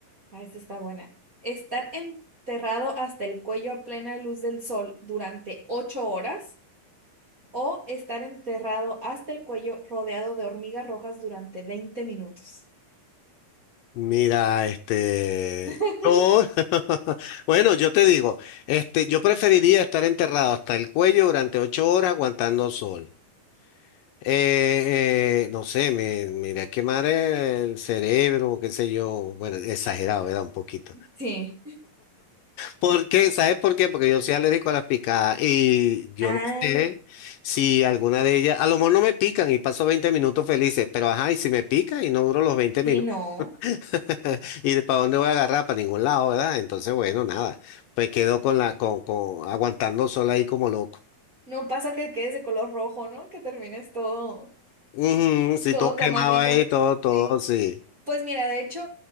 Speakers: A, on the right; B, on the left.
A: Ah, esta está buena. ¿Estar enterrado hasta el cuello a plena luz del sol durante ocho horas o estar enterrado hasta el cuello rodeado de hormigas rojas durante 20 minutos?
B: Mira, este,
A: <laughs>
B: yo- <laughs> bueno, yo te digo, este, yo preferiría estar enterrado hasta el cuello durante ocho horas aguantando sol. Eh, eh, no sé, me, me iría a quemar el cerebro, qué sé yo, bueno, exagerado, ¿verdad? Un poquito.
A: Sí.
B: Porque, ¿sabes por qué? Porque yo soy alérgico a las picadas y yo
A: Ah,
B: no sé si alguna de ellas, a lo mejor no me pican y paso 20 minutos felices, pero ajá, y si me pica y no duro los veinte
A: sí,
B: minutos.
A: no.
B: <laughs> ¿Y para dónde voy a agarrar? Para ningún lado, ¿verdad? Entonces, bueno, nada. Pues quedó con la, con, con, aguantando sol ahí como loco.
A: No pasa que quedes de color rojo, ¿no? Que termines todo,
B: Ujú, sí,
A: todo
B: todo quemaba
A: tomatito.
B: ahí, todo, todo,
A: Sí.
B: sí.
A: Pues mira, de hecho,